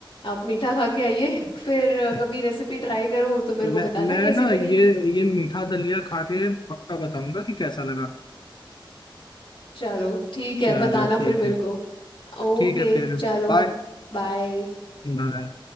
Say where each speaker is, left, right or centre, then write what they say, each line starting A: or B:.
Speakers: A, on the left; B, on the left.
A: आप मीठा खा के आइए फिर
B: है
A: कभी रेसिपी ट्राई करो तो मेरे को
B: मैं
A: बताना
B: मैं
A: कैसी
B: ना ये
A: बनी
B: ये मीठा दलिया खा के पक्का बताऊंगा कि कैसा लगा
A: चलो ठीक
B: चलो
A: है बताना
B: ठीक
A: फिर मेरे
B: है
A: को ओके
B: ठीक है फिर
A: चलो
B: बाय
A: बाय
B: बाय